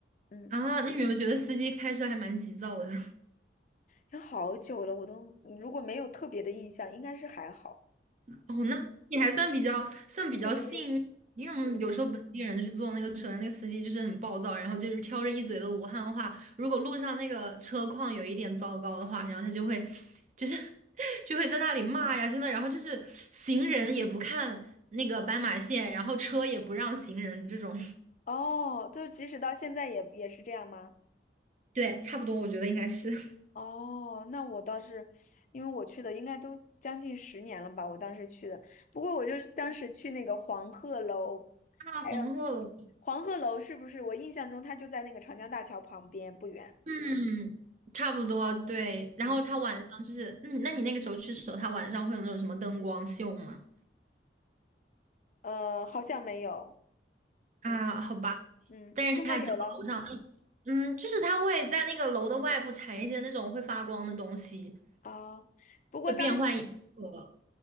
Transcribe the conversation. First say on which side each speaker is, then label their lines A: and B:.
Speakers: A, on the left; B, on the right.
A: 嗯，
B: 啊？那你有没有觉得司机开车还蛮急躁的？
A: 有好久了，我都嗯如果没有特别的印象，应该是还好。
B: 哦，那你还算比较算比较幸运，
A: 幸运，
B: 因为我们有时候本地人去坐那个车，
A: 嗯，
B: 那个司机就是很暴躁，然后就是挑着一嘴的武汉话。如果路上那个车况有一点糟糕的话，然后他就会就是 <laughs> 就会在那里骂呀，真的。然后就是行人也不看那个斑马线，然后车也不让行人这种。
A: 哦，就即使到现在也也是这样吗？
B: 对，差不多，我觉得应该是 <laughs>
A: 哦，那我倒是，因为我去的应该都将近十年了吧，我当时去的。不过我就是当时去那个黄鹤楼，
B: 啊，
A: 还有
B: 黄鹤楼，
A: 黄鹤楼是不是？我印象中它就在那个长江大桥旁边不远。
B: 嗯，差不多对。然后他晚上就是，
A: 嗯，
B: 嗯，那你那个时候去的时候，他晚上会有那种什么灯光秀吗？
A: 呃，好像没有。
B: 啊，
A: 嗯
B: 好吧，
A: 嗯，
B: 但是它只要楼上那，
A: 现在有了。
B: 嗯，就是它会在那个楼的外部缠一些那种会发光的东西，
A: 哦，不过当
B: 会变换颜色。